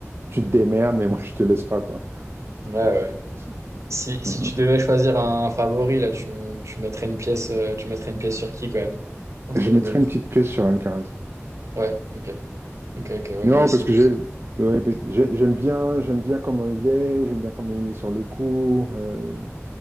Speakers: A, on the right (about 55°); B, on the right (about 75°).
A: tu te démerdes, mais moi, je te laisse pas, quoi.
B: Ouais, ouais.
A: Donc, c'est-
B: ouais.
A: c'est-
B: Si, si
A: Mm,
B: tu
A: mm.
B: devais choisir un favori, là, tu, tu mettrais une pièce, euh, tu mettrais une pièce sur qui, quand même, entre
A: Je mettrai
B: les deux?
A: une petite pièce sur Alcaraz.
B: Ouais, ok. Ok, ok, ouais,
A: Non,
B: moi aussi.
A: parce que j'ai, ouais, parce que j'ai- j'aime bien, j'aime bien comment il est, j'aime bien comment il est sur le cours. euh,